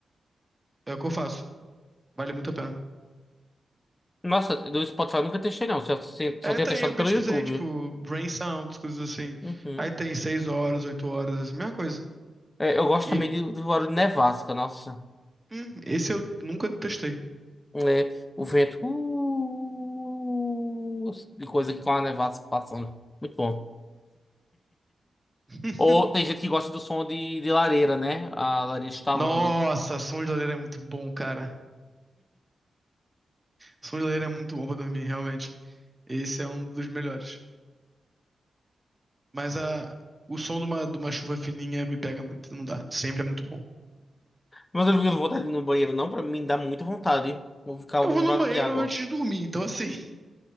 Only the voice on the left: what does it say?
Nossa, do Spotify eu nunca testei, não. Só,
só tenho
testado
pelo YouTube.
Uhum.
É, eu gosto
também de- do barulho de nevasca, nossa.
É, o vento. uh, de coisa que com a nevasca passando. Muito bom.
Ou tem gente que gosta do som de, de lareira, né? A lareira estalando.
Mas eu não tenho vontade de ir no banheiro, não. Pra mim dá muita vontade. Vou ficar ouvindo
barulho
de água.